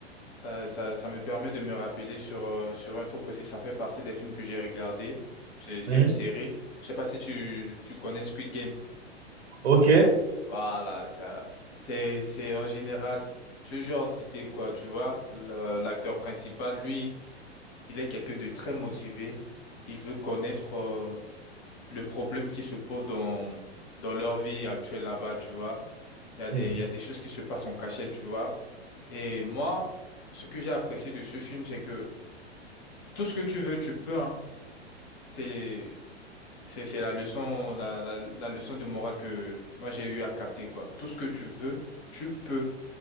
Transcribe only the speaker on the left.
ça, ça, ça me permet de me rappeler sur, euh, sur un truc aussi. Ça fait partie des films que j'ai regardés. C'est, c'est
une série. Je sais pas si tu, tu connais Squid Game.
Voilà, ça, c'est, c'est en général ce genre d'idée, quoi. Tu vois, Le- l'acteur principal, lui. Il est quelqu'un de très motivé. Il veut connaître euh, le problème qui se pose dans, dans leur vie actuelle là-bas, tu vois. Il y a des,
il y a des choses qui se passent en cachette, tu vois. Et moi, ce que j'ai apprécié de ce film, c'est que tout ce que tu veux, tu peux, hein. C'est, c'est, c'est la leçon, la, la, la leçon de morale que moi j'ai eu à capter, quoi. Tout ce que tu veux, tu peux.